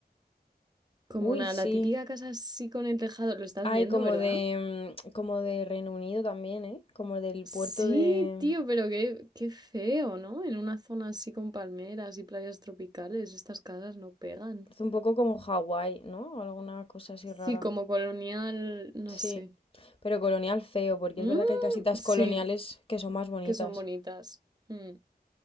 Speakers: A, on the right; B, on the left.
A: Como
B: uy,
A: una,
B: sí.
A: la típica casa así con el tejado, lo estás
B: Hay
A: viendo,
B: como
A: ¿verdad?
B: de, mm, como de Reino Unido también, ¿eh? Como del
A: Sí,
B: puerto de,
A: tío, pero qué, qué feo, ¿no? En una zona así con palmeras y playas tropicales, estas casas no pegan.
B: es un poco como Hawái, ¿no? Alguna cosa así
A: Sí,
B: rara.
A: como colonial, no
B: Sí,
A: sé.
B: pero colonial feo, porque
A: Mm,
B: es verdad que hay casitas
A: sí,
B: coloniales que son más bonitas.
A: que son bonitas. Mm,